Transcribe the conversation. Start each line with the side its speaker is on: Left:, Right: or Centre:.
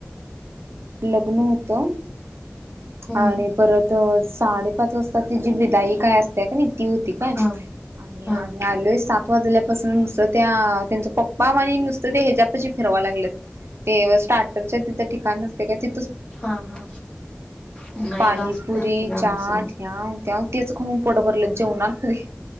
Right: लग्न होतं
Left: हम्म
Right: आणि परत साडेपाच वाजता त जी विदाई काय असते का नाही ती होती काय
Left: हा
Right: आणि
Left: हा
Right: आम्ही आलोय सात वाजल्यापासून नुसतं त्या त्यांच पप्पा आणि नुसतं ते ह्याजपाची फिरवां लागलं ते स्टार्टरच्याचे तिथं ठिकाण असते काय ती
Left: हा हा नाही
Right: पाणीपुरी
Left: घासतय कि लांबच
Right: चाट ह्याव त्याव तेच खाऊन पोट भरलंय जेवणार कधी,